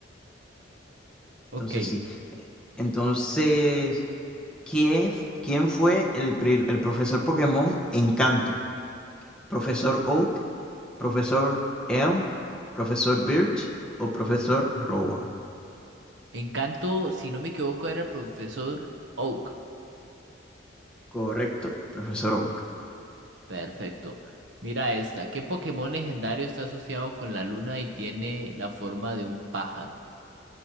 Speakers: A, on the right; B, in the centre.
A: Ok.
B: Entonces sí. Entonces, ¿quién, f- quién fue el, pri- el profesor Pokémon Encanto? ¿Profesor Oak, profesor Elm, profesor Birch o profesor Rowan?
A: En Kanto, si no me equivoco, era el profesor Oak.
B: Correcto, profesor Oak.
A: Perfecto. Mira esta. ¿Qué Pokémon legendario está asociado con la luna y tiene la forma de un pájaro?